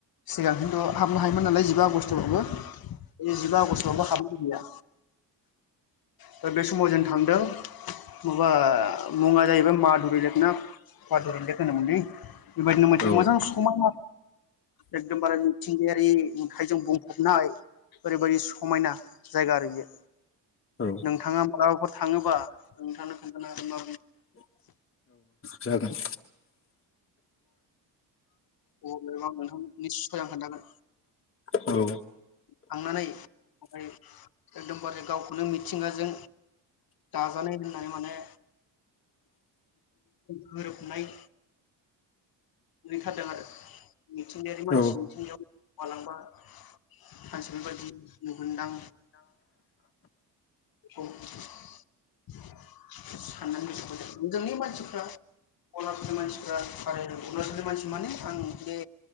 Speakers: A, on the left; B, on the left.
A: सिगांथ हाबनो हायोमोन नालाय जों जिबा आगष्टआवबो बे जिबा आगष्टआवबो हाबनाय गैया दा बे समाव जों थांदों माबा मुङा जाहैबाय मादुरिलेकना मधुरिलेक होनोमोनलै बेबायदिनो मोनसे
B: औ
A: मोजां समायना एकदमबारे मिथिंगायारि नुथाइजों बुं हाबनाय ओरैबायदि समायना जायगा आरो बियो
B: औ
A: नोंथाङा मालाबाफोर थाङोबा नोंथांनो खोन्थानो आरो मा
B: औ जागोन
A: अबेबा नोंथांनि <unintelligible> खोन्थागोन
B: औ
A: थांनानै ओमफ्राय एकदमबारे गाव खुनु मिथिंगाजों दाजानाय होननानै माने गोरोबनाय नुैहैथारदों आरो मिथिंगायारि मानसि
B: औ
A: मिथिंगायाव मलाबा मानसे बेबायदि नुगोनदां औ <inaudible> साननानै गोसोब जोंनि मानसिफ्रा अलाबनि मानसि <unintelligible> मानसि माने आं बे